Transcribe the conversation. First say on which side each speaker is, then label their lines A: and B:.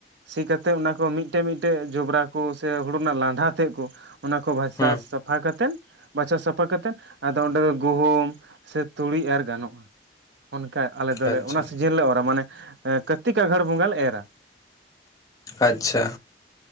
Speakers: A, on the right; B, on the left.
A: ᱥᱤ ᱠᱟᱛᱮᱫ ᱚᱱᱟ ᱠᱚ ᱢᱤᱫᱴᱮᱡ ᱢᱤᱫᱴᱮᱡ ᱡᱚᱵᱽᱨᱟ ᱠᱚ ᱥᱮ ᱦᱩᱲᱩ ᱨᱮᱱᱟᱜ ᱞᱟᱸᱰᱷᱟᱹ ᱛᱮᱜ ᱠᱚ ᱚᱱᱟ ᱠᱚ ᱵᱷᱟᱥᱟ
B: ᱦᱩᱸ
A: ᱥᱟᱯᱷᱟ ᱠᱟᱛᱮᱫ, ᱵᱟᱪᱷᱟ ᱥᱟᱯᱷᱟ ᱠᱟᱛᱮᱫ ᱟᱫᱚ ᱚᱸᱰᱮ ᱫᱚ ᱜᱩᱦᱩᱢ ᱥᱮ ᱛᱩᱲᱤ ᱮᱨ ᱜᱟᱱᱚᱜᱼᱟ᱾ ᱚᱱᱠᱟ ᱟᱞᱮ ᱫᱚᱞᱮ
B: ᱟᱪᱪᱷᱟ
A: ᱚᱱᱟ ᱥᱤᱡᱤᱱ ᱞᱮ ᱚᱨᱟ ᱢᱟᱱᱮ ᱠᱟᱨᱛᱤᱠ ᱟᱜᱷᱟᱲ ᱵᱚᱸᱜᱟ ᱞᱮ ᱮᱨᱟ᱾
B: ᱟᱪᱪᱷᱟ